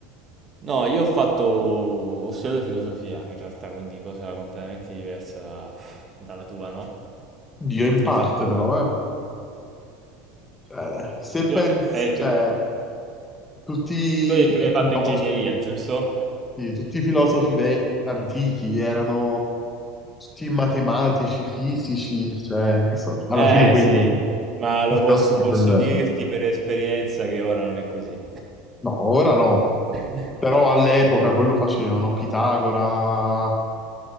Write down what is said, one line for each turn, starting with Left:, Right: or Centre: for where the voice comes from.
Right: No, io ho fatto, ho studiato filosofia in realtà, quindi cosa completamente diversa da- dalla tua, no?
Left: Dio in parte
Right: Hai fatto,
Left: però, eh. Cioè, se
Right: se tu,
Left: pensi,
Right: hai detto,
Left: cioè, tutti
Right: tu hai detto che
Left: i
Right: hai
Left: filosofi.
Right: fatto ingegneria, giusto?
Left: Sì, tutti i filosofi vecchi, antichi erano tutti matematici, fisici, cioè, che so- alla
Right: Eh
Left: fine quelli
Right: sì,
Left: erano
Right: ma lo
Left: i filosofi,
Right: posso, posso
Left: quel...
Right: dirti per esperienza che ora non è così.
Left: no, ora no,
Right: <laughs>
Left: però all'epoca
Right: Sì.
Left: quello facevano, Pitagora, eh,